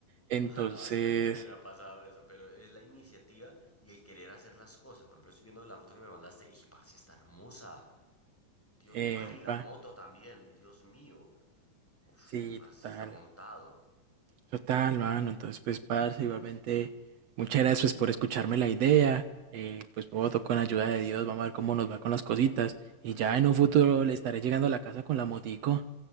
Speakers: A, on the right; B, in the centre.
A: Entonces,
B: Ah, no, es que a mí también me ha pasado eso, pero es la iniciativa y el querer hacer las cosas. Por ejemplo, estoy viendo la foto que me mandaste y, parce, está hermosa. Dios
A: eh,
B: mío. Ay, la
A: pa,
B: moto también, Dios mío. Uf,
A: sí,
B: parce,
A: total,
B: está montado.
A: total, mano, entonces pues, parce, igualmente, muchas gracias pues, por escucharme la idea, eh, pues voto con ayuda de Dios, vamos a ver cómo nos va con las cositas, y ya en un futuro le estaré llegando a la casa con la motico.